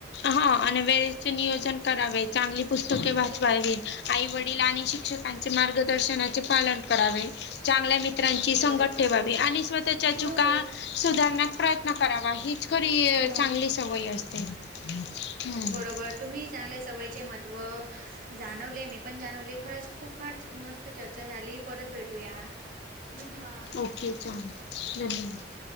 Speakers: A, on the left; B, on the right.
A: हा आणि वे नियोजन करावे चांगली पुस्तके वाचवावी
B: बरोबर
A: आई वडील आणि शिक्षकांचे मार्गदर्शनाचे पालन करावे चांगल्या मित्र चांगले मित्रांची
B: अगदी
A: संगत
B: बरोबर
A: ठेवावी आणि स्वतःच्या
B: हो
A: चुका सुधारण्याचा प्रयत्न करा खरी
B: हो
A: चांगली सवय असते हम्म
B: बरोबर तुम्ही चांगल्या सवयीचे महत्व जाणवले मी पण जाणवले खरंच खूप फार मस्त चर्चा झाली परत भेटूया धन्यवाद
A: े चां धन्यवाद